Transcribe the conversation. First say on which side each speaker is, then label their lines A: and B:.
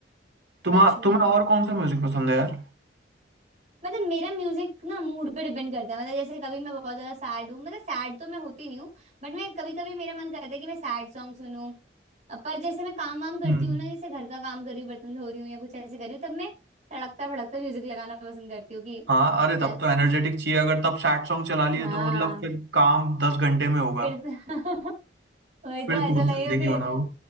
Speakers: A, on the right (about 70°); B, on the right (about 40°).
A: तुम्हा
B: सच में
A: तुम्हें और कौन सा म्यूजिक पसंद है यार
B: मतलब मेरा म्यूजिक ना मूड पे डिपेंड करता है मतलब जैसे कभी मैं बहुत ज्यादा सैड हूँ मतलब सैड तो मैं होती नहीं हूँ बट मैं कभी कभी मेरा मन करता है कि मैं सैड सॉन्ग सुनूं अ, पर जैसे मैं काम वाम करती
A: हम्म
B: हूँ ना जैसे घर का काम कर रही हूँ बर्तन धो रही हूँ या कुछ ऐसे कर रही हूँ तब मैं तड़कता भड़कता म्यूजिक लगाना पसंद करती हूँ कि
A: हाँ अरे
B: चल
A: तब तो एनर्जेटिक चाहिए अगर तब सैड सॉन्ग चला लिए
B: हाँ
A: तो मतलब फिर काम दस घंटे में होगा
B: फिर <laughs> वही
A: फिर
B: तो ऐसा
A: बहुत
B: लगेगा
A: जल्दी नहीं
B: फिर
A: होना वो